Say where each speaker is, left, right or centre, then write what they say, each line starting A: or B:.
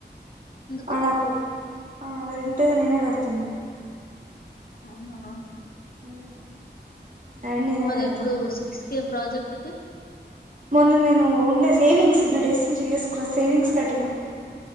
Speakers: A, on the left; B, on the right.
A: ఎందుకు
B: అనకు. ఆ రెంటే నేనే కడతాన్న.
A: ఉన్నావా.
B: <inaudible> నేనే
A: మళ్ళీ
B: కడతాను
A: ఇప్పుడు సిక్స్ కే. ప్రాజెక్ట్కి.
B: మొన్న నేను ఉండే సేవింగ్స్ ఇన్ని డేస్ నుంచి చేసుకున్న సేవింగ్స్. కట్టినా.